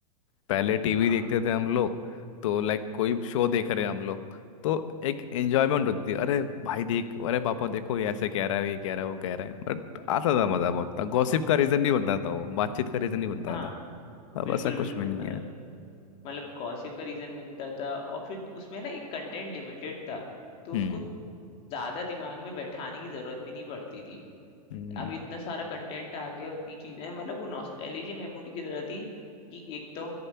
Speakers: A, on the left (about 50°); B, on the left (about 25°).
A: पहले टीवी
B: हाँ
A: देखते थे हम लोग तो लाइक कोई शो देख रहे हैं हम लोग तो एक एंजॉयमेंट होती थी अरे भाई देख अरे पापा देखो ये ऐसे कह रहा है ये कह रहा है वो कह रहा है बट आता था मज़ा बहुत था गॉसिप का रीज़न नहीं बनता था वो बातचीत का रीज़न नहीं बनता
B: हाँ
A: था
B: बिल्कुल
A: अब ऐसा कुछ
B: बिल्कुल
A: भी नहीं
B: मतलब
A: है
B: मतलब गॉसिप का रीजन मिलता था और फिर उसमें ना एक कंटेंट लिमिटेड था तो
A: हम्म
B: उसको ज्यादा दिमाग में बैठाने की जरूरत भी नहीं पड़ती थी
A: हम्म
B: अब इतना सारा कंटेंट आ गया उतनी चीजें हैं मतलब वो नॉस्टैल्जिया मेमोरी की तरह थी कि एक तो